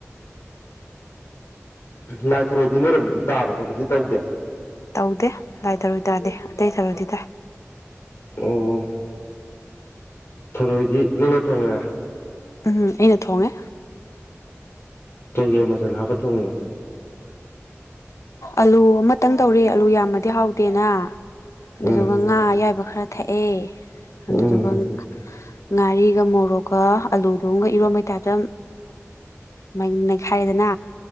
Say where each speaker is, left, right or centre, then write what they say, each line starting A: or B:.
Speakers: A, on the left (about 55°); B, on the left (about 75°).
A: ꯂꯥꯏ ꯊꯔꯣꯏꯗꯤ ꯅꯣꯏꯔꯝꯗꯤ ꯇꯥꯕ ꯈꯣꯠꯄꯗꯤ ꯇꯧꯗꯦ
B: ꯇꯧꯗꯦ ꯂꯥꯏ ꯇꯔꯣꯏ ꯇꯥꯗꯦ ꯑꯇꯩ ꯇꯔꯣꯏꯗꯤ ꯇꯥꯏ
A: ꯑꯣ ꯐꯔꯣꯏꯗꯤ ꯅꯪꯅ ꯇꯣꯡꯉꯦ
B: ꯎꯝ ꯑꯩꯅ ꯊꯣꯡꯉꯦ
A: ꯀꯩꯀꯦ ꯃꯆꯜ ꯍꯥꯞꯄ ꯊꯣꯡꯉꯤꯕ
B: ꯑꯂꯨ ꯑꯃꯇꯪ ꯇꯧꯔꯦ ꯑꯂꯨ ꯌꯥꯝꯃꯗꯤ ꯍꯥꯎꯗꯦꯅ ꯑꯗꯨꯗꯨꯒ
A: ꯎꯝ
B: ꯉꯥ ꯑꯌꯥꯏꯕ ꯈꯔ ꯊꯛꯑꯦ ꯑꯗꯨꯗꯨꯒ
A: ꯎꯝ
B: ꯉꯥꯔꯤꯒ ꯃꯣꯔꯣꯛꯒ ꯑꯂꯨꯗꯨꯒ ꯏꯔꯣꯟꯕꯩꯇꯥꯏꯞꯇ ꯃ ꯅꯩꯈꯥꯏꯗꯅ